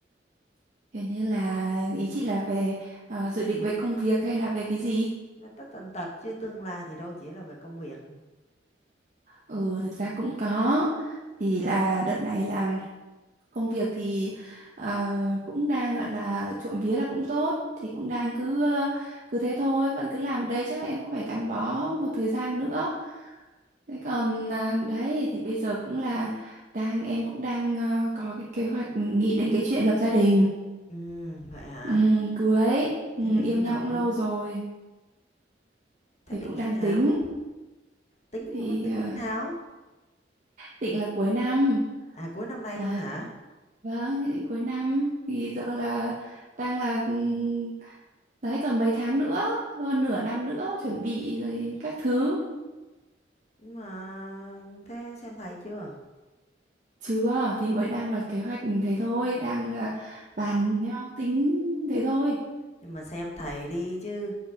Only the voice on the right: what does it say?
Kiểu như là ý chị là về ờ, dự định về công việc hay là về cái gì?
Ừ, thực ra cũng có. Thì là đợt này làm công việc thì ờ, cũng đang gọi là trộm vía là cũng tốt, thì cũng đang cứ ờ, cứ thế thôi, vẫn cứ làm đây chắc là em cũng phải gắn bó một thời gian nữa Thế còn à, đấy thì bây giờ cũng là đang em cũng đang à, có cái kế hoạch nghĩ đến cái chuyện lập gia đình,
Ừm, cưới,
Ừm,
yêu
nhau
cũng
lâu rồi
thì
cũng
đang
tính
thì
à,
định là cuối năm.
Đấy.
Vâng, thì định cuối năm thì giờ là đang là ừm, đấy còn mấy tháng nữa, hơn nửa năm nữa chuẩn bị rồi các thứ.
Chưa thì mới đang là kế hoạch thế thôi, đang à, bàn nhau tính thế thôi.